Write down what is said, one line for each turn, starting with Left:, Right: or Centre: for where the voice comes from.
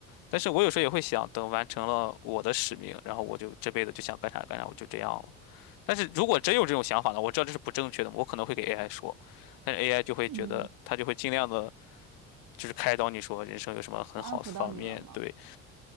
Left: 但是我有时候也会想，等完成了我的使命，然后我就这辈子就想干啥干啥，我就这样了。但是如果真有这种想法呢，我知道这是不正确的，我可能会给 AI 说，但是 AI 就会觉得，
Right: 嗯，
Left: 他就会尽量的，就是开导你说人生有什么很好的方面，
Right: 他安抚到你了吗？
Left: 对。